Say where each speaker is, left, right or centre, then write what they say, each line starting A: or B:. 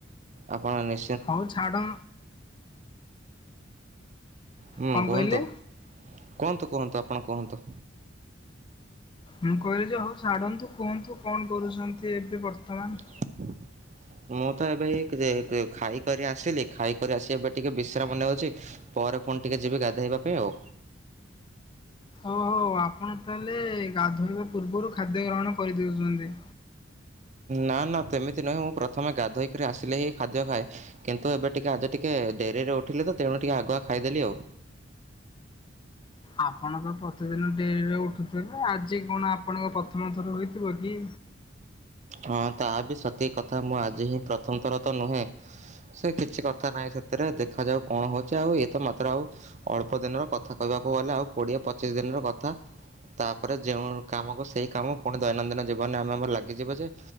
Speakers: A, on the right; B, on the left.
A: ଆପଣ ନି
B: ହଉ ଛାଡ଼
A: ହୁଁ
B: କଣ
A: କୁହନ୍ତୁ
B: କହିଲେ
A: କୁହନ୍ତୁ କୁହନ୍ତୁ ଆପଣ କୁହନ୍ତୁ?
B: ମୁଁ କହିଲିଯେ ହଉ ଛାଡ଼ନ୍ତୁ କୁହନ୍ତୁ କଣ କରୁଚନ୍ତି ଏବେ ବର୍ତ୍ତମାନ?
A: <inaudible> ମୁଁ ତ ଏବେ ଯେ କେ ଖାଇକରି ଆସିଲି ଖାଇକରି ଆସି ଏବେ ଟିକେ ବିଶ୍ରାମ ନଉଛି ପରେ ପୁଣି ଟିକେ ଯିବି ଗାଧୋଇବା ପାଇଁ ଆଉ।
B: ଓହୋ ଆପଣ ତାହେଲେ ଗାଧୋଇବା ପୂର୍ବରୁ ଖାଦ୍ୟ ଗ୍ରହଣ କରିଦଉଚନ୍ତି?
A: ନା ନା ସେମିତି ନୁହେଁ ମୁଁ ପ୍ରଥମେ ଗାଧୋଇକିରି ଆସିଲେ ହିଁ ଖାଦ୍ୟ ଖାଏ କିନ୍ତୁ ଏବେ ଟିକେ ଆଜି ଟିକେ ଡେରିରେ ଉଠିଲେ ତେଣୁ ଟିକେ ଆଗୁଆ ଖାଇଦେଲି ଆଉ।
B: ଆପଣତ ପ୍ରତିଦିନ ଡେରିରେ ଉଠୁଥିବେ ଆଜି କଣ ଆପଣଙ୍କ ପ୍ରଥମ ଥର ହୋଇଥିବକି?
A: ହଁ ତାବି ସତି କଥା ମୁଁ ଆଜିହିଁ ପ୍ରଥମଥରତ ନୁହେଁ। ସେ କିଛି କଥା ନାହିଁ ସେଥିରେ ଦେଖାଯାଉ କଣ ହଉଚି ଆଉ ଇଏତ ମାତ୍ର ଆଉ ଅଳ୍ପ ଦିନର କଥା କହିବାକୁ ଗଲେ ଆଉ କୋଡ଼ିଏ ପଚିଶି ଦିନର କଥା ତାପରେ ଯେଉଁ କାମକୁ ସେଇ କାମ ପୁଣି ଦୈନନ୍ଦିନ ଜୀବନରେ ଆମେ ଆମର ଲାଗିଯିବ ଯେ